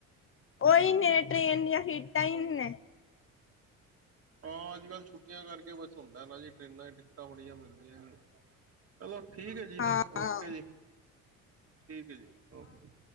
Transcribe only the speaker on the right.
ਹਾਂ, ਅੱਜ-ਕੱਲ੍ਹ ਛੁੱਟੀਆਂ ਕਰਕੇ ਬਸ ਹੁੰਦੈ ਨਾ ਜੀ ਟਰੇਨਾਂ ਦੀ ਟਿਕਟਾਂ ਬੜੀਆਂ ਮਿਲਦੀਆਂ ਈ ਨਈ, ਚਲੋ। ਠੀਕ ਐ ਜੀ ਫਿਰ
ਔਕੇ ਜੀ। ਠੀਕ ਹੈ ਜੀ, ਔਕੇ ਜੀ।